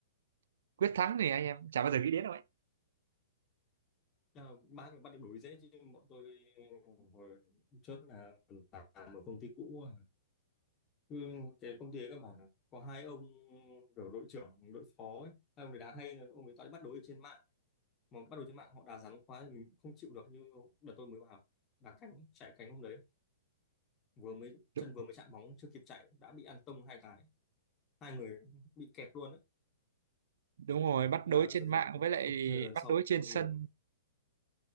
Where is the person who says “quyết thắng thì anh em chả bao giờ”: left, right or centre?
Right